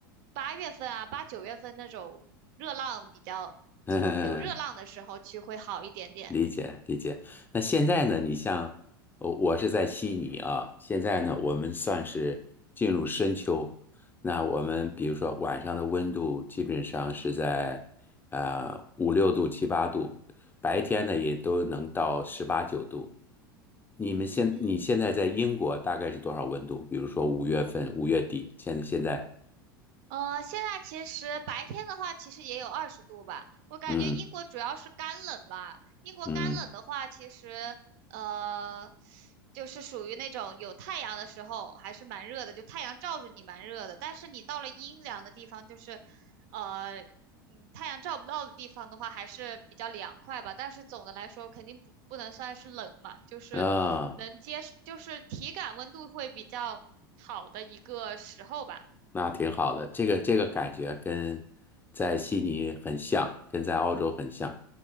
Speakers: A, on the right (about 60°); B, on the left (about 15°).
A: 八月份啊，八九月份那种热浪比较
B: <laughs>
A: 有热浪的时候去会好一点点。
B: 理解理解。那现在呢？你像，我我是在悉尼啊。现在呢，我们算是进入深秋。那我们比如说晚上的温度基本上是在呃五六度、七八度，白天呢也都能到十八九度。你们现你现在在英国大概是多少温度？
A: 嗯，
B: 比如说五月份、五月底，现在现在，
A: 呃，现在其实白天的话，其实也有二十度吧。我感觉英国主要是干冷吧。
B: 嗯
A: 英国干冷的话，
B: 嗯
A: 其实呃，就是属于那种有太阳的时候还是蛮热的，就太阳照着你蛮热的。但是你到了阴凉的地方，就是呃，嗯，太阳照不到的地方的话，还是比较凉快吧。但是总的来说，肯定不不能算是冷嘛，就是能接受就是体感温度会比较好的一个时候吧。
B: 啊。那挺好的，这个这个感觉跟在悉尼很像，跟在澳洲很像。